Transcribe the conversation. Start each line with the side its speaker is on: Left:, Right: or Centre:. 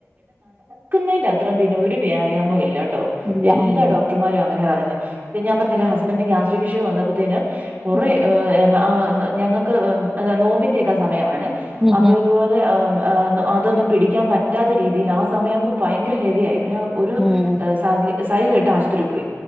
Right: ക്കുന്നതിന്റെ അത്രം പിന്നെ ഒരു വ്യായാമം ഇല്ലാട്ടോ
Centre: ഇല്ല
Right: എല്ലാ
Centre: ഉം
Right: ഡോക്ടർമാരും അങ്ങനെ പറഞ്ഞേ ഇപ്പം ഞാൻ പറഞ്ഞില്ലെ ഹസ്ബൻഡിന് ഗ്യാസ്ട്രിക് ഇഷ്യൂ വന്നപ്പത്തേനും കുറെ
Centre: ഉം
Right: ഏഹ് ആ ഞങ്ങ ക്ക് ഉം എന്നാ നോമ്പിന്റെയൊക്കെ സമയമാണെ
Centre: ഉം
Right: അപ്പോ ഇത് പോലെ അത് അം അ അതൊന്നും പിടിക്കാൻ പറ്റാത്ത രീതിയിൽ ആ സമയാവുമ്പോ ഭയങ്കര ഹെവിയായി പിന്നെ ഒരു
Centre: ഉം
Right: ഏഹ് സഹി സഹി കെട്ട് ആശുപത്രിയി പോയി